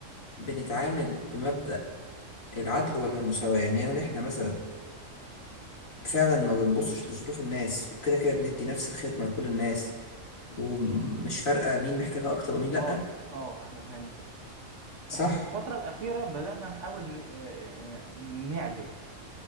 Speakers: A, on the left (about 80°); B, on the right (about 65°).
A: بنتعامل بمبدأ العدل ولا المساواة يعني هل احنا مثلا فعلا ما بنبصش لظروف الناس وكده كده بندي نفس الخدمة لكل الناس ومش فارقة مين محتاجها اكتر ومين لأ
B: اه اه احنا بنعمل كده
A: صح
B: احنا في الفتره الاخيره بدأنا نحاول ن- آه، آه، نعدل